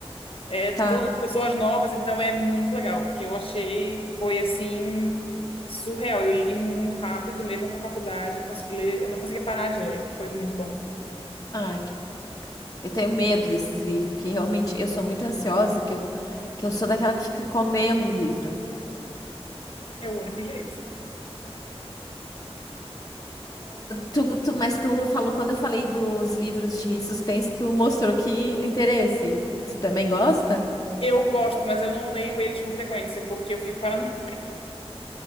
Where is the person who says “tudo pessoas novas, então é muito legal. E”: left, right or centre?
Left